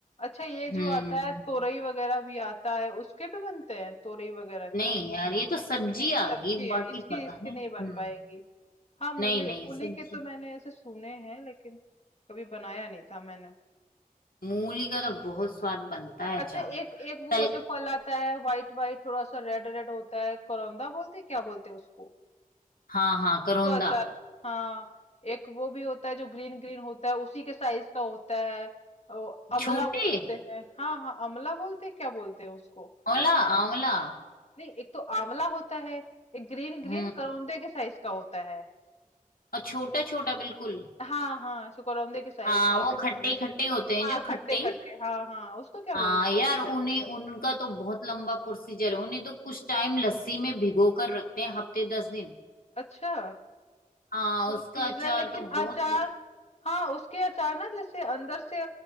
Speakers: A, on the left (about 45°); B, on the left (about 80°).
A: अच्छा ये
B: हम्म
A: जो आता है तोरई वगैरह भी आता है उसके भी बनते हैं तोरई वगैरह
B: नहीं
A: के
B: यार ये तो सब्जी
A: नहीं
B: आ
A: सब्जी
B: गई बाकी
A: है इसकी
B: पता
A: इसकी
B: नहीं
A: नहीं
B: हम्म
A: बन पाएगी हाँ मूली
B: नहीं नहीं
A: मूली
B: सब्जी
A: के तो मैंने ऐसे सुने हैं लेकिन कभी बनाया नहीं था मैंने
B: मूली का तो बहुत स्वाद बनता है
A: अच्छा
B: अचार
A: एक एक वो
B: तल
A: जो फल आता है व्हाइट व्हाइट थोड़ा सा रेड रेड होता है करौंदा बोलते हैं क्या बोलते हैं उसको
B: हाँ हाँ करौंदा
A: भी तो अचार हाँ एक वो भी होता है जो ग्रीन ग्रीन होता है उसी के साइज का होता है ओ, अमला
B: छोटे
A: बोलते हैं हाँ हाँ अमला बोलते हैं क्या बोलते हैं उसको
B: ओला आंवला
A: नहीं एक तो आंवला होता है एक ग्रीन
B: हम्म
A: ग्रीन करौंदे के साइज का होता है
B: और छोटा छोटा बिल्कुल
A: हाँ हाँ सो करौंदे के साइज
B: हाँ
A: का ही
B: वो
A: होता
B: खट्टे
A: है
B: खट्टे होते हैं
A: हाँ
B: जो
A: खट्टे
B: खट्टे
A: खट्टे हाँ हाँ उसको क्या बोलते
B: हाँ यार
A: हैं
B: उन्हें उनका तो बहुत लंबा प्रोसीजर है उन्हें तो कुछ टाइम लस्सी में भिगो कर रखते हैं हफ्ते दस दिन
A: अच्छा
B: हाँ
A: प्रोसीजर
B: उसका अचार
A: लेकिन
B: तो बहुत
A: अचार हाँ उसके अचार ना जैसे अंदर से